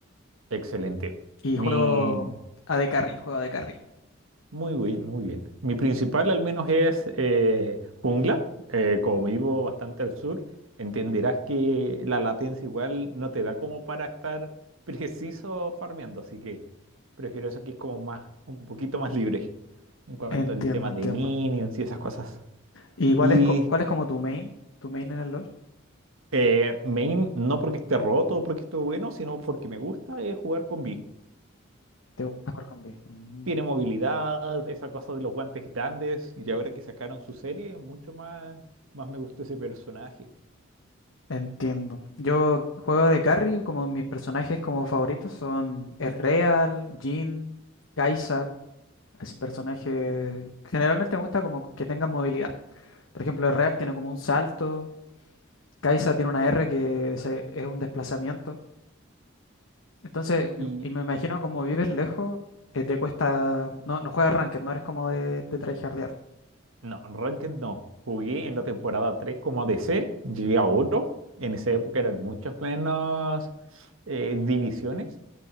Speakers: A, on the right; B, on the left.
A: Excelente.
B: Y
A: Mi,
B: juego a AD Carry, juego a AD Carry.
A: Muy bien, muy bien. Mi principal al menos es eh, jungla. Eh, como vivo bastante al sur, entenderás que la latencia igual no te da como para estar <laughs> preciso farmeando, así que prefiero eso que es como más, un poquito más libre en cuanto
B: Entiendo,
A: al tema
B: entiendo.
A: de minions y esas cosas.
B: ¿Y cuál
A: Y
B: es, co- cuál es como tu main? ¿Tu main en el LOL?
A: eh, main, no porque esté roto o porque esté bueno, sino porque me gusta es jugar con B.
B: ¿Te gusta jugar con B? Mm,
A: tiene movilidad, esa cosa de los guantes grandes, y ahora que sacaron su serie, mucho más, más me gustó ese personaje.
B: entiendo. Yo juego de carry, como mis personajes como favoritos son el Real, Jhin, Kai'Sa. Así personaje Generalmente me gusta como que tengan movilidad. Por ejemplo, el Real tiene
A: Ya.
B: como un salto. Kai'Sa tiene una R que se- es un desplazamiento. Entonces,
A: Y
B: y y me imagino como vives lejos, eh, te cuesta. No, no juegas ranked, no eres como de, de tryhardear.
A: no, Ranked no. Jugué en la temporada 3 como ADC, llegué a oro. En esa época eran muchas menos eh, divisiones,